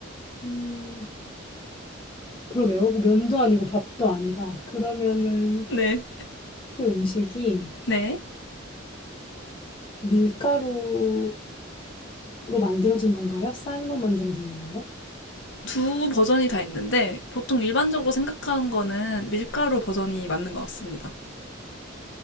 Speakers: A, on the left; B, on the left.
A: 음, 그러게요. 면도 아니고 밥도 아니다. 그러면은
B: 네.
A: 그 음식이
B: 네.
A: 밀가루로 만들어진 건가요? 쌀로 만들어진 건가요?
B: 두 버전이 다 있는데 보통 일반적으로 생각하는 거는 밀가루 버전이 맞는 것 같습니다.